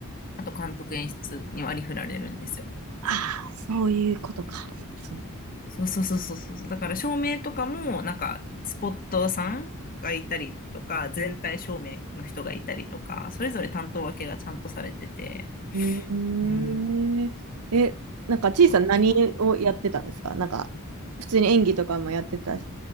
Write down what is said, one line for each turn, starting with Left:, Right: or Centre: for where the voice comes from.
Left: あと監督演出に割り振られるんですよ。
Right: ああ、そういうことか。そういう
Left: そうそうそうそうそうそう。だから照明とかも、なんか、スポットさんがいたりとか、全体照明の人がいたりとか、それぞれ担当分けがちゃんとされてて、
Right: うんへええ、
Left: うん、
Right: なんか、ちいさん何をやってたんですかなんか、
Left: こう一個、
Right: 普通に演技とかもやってた